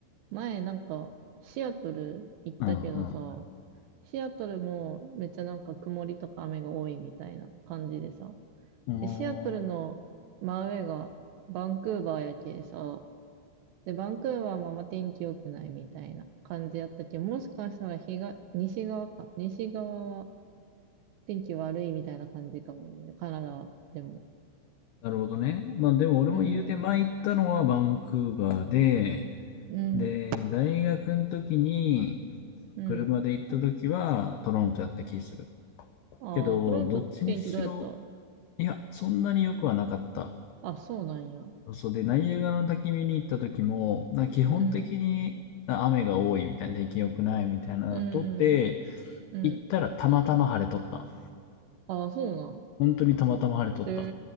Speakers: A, on the right; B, on the left.
A: 前なんか、シアトル行ったけどさ、
B: う。うん
A: シアトルもめっちゃなんか曇りとか雨が多いみたいな感じでさ。
B: うん。う
A: で、シアトルの真上がバンクーバーやけさ、
B: ーん
A: で、バンクーバーもあんま天気良くないみたいな感じやったけど、もしかしたら日が西側か。西側は天気悪いみたいな感じかもね。カナダでも。
B: なるほどね。まあでも俺も言うて前行ったのはバンクーバーで、
A: うん、うん、
B: で、大学の時に
A: うん。
B: 車で行った時はトロントやった気する。
A: ああ、
B: けど、
A: トロント天気どうやった
B: どっちにしろ、いや、そんなに良くはなかった。
A: あ、そうなんや。うん、
B: そうで、ナイアガラの滝見に行った時も、な基本的にあ雨が多いみたいな、
A: うん、
B: 出来良くないみたいなのとって、
A: うん、うん。
B: 行ったらたまたま晴れとった。
A: ああ、そうなん。
B: 本当にたまたま晴れとった。
A: へ